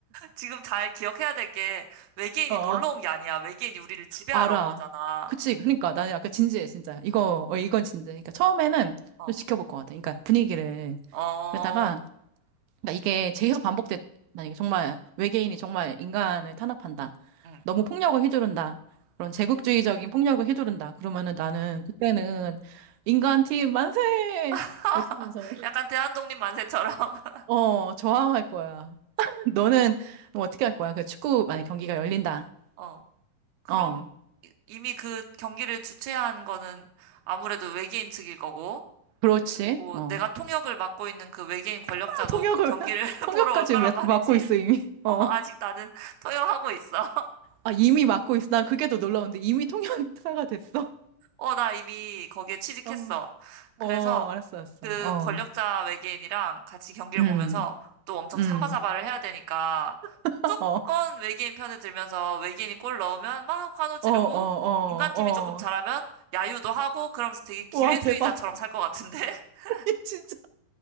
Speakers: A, on the right; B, on the right.
A: 지금 잘 기억해야 될 게 외계인이
B: 어, 어,
A: 놀러 온 게 아니야. 외계인이 우리를 지배하러
B: 알아.
A: 온 거잖아.
B: 그치. 그러니까
A: 어,
B: 나는 약간 진지해, 진짜. 이거,
A: 어,
B: 어, 이건 진지해. 그러니까 처음에는
A: 어,
B: 좀 지켜볼 것 같아. 그러니까 분위기를.
A: 어,
B: 그러다가 그러니까 이게 계속 반복돼. 만약에 정말 외계인이 정말 인간을 탄압한다.
A: 응.
B: 너무 폭력을 휘두른다. 그런 제국주의적인 폭력을 휘두른다. 그러면은 나는 그때는 인간 팀 만세!
A: <laughs>
B: 외치면서 <laughs>
A: 약간 대한독립 만세처럼. <laughs>
B: 어, 저항할 거야. <laughs> 너는 뭐 어떻게 할 거야? 그 축구 만약 경기가 열린다.
A: 어, 그럼
B: 어,
A: 이- 이미 그 경기를 주최한 거는 아무래도 외계인 측일 거고,
B: 그렇지.
A: 그리고
B: 어.
A: 내가 통역을 맡고 있는 그 외계인 권력자도
B: <laughs> 통역을
A: 그 경기를
B: <laughs>
A: <laughs>
B: 통역까지
A: 보러 올 거란
B: 맡-
A: 말이지.
B: 맡고 있어 이미.
A: <laughs> 어,
B: 어.
A: 아직 나는 <laughs> 통역하고 있어.
B: 아, 이미 맡고 있어. 난 그게 더 놀라운데 이미 통역사가 됐어.
A: 어, 나 이미 거기에
B: <laughs>
A: 취직했어.
B: 어.
A: 그래서
B: 어, 알았어, 알았어.
A: 그
B: 어.
A: 권력자 외계인이랑 같이 경기를
B: 음,
A: 보면서 또 엄청
B: 음.
A: 사바사바를 해야 되니까
B: <laughs>
A: 무조건
B: 어,
A: 외계인 편에 들면서 외계인이 골 넣으면 막 환호 지르고
B: 어, 어, 어,
A: 인간팀이
B: 어.
A: 조금 잘하면 야유도 하고 그러면서 되게 기회주의자처럼
B: 와, 대박.
A: 살 것 같은데? <laughs>
B: <laughs> 이 진짜.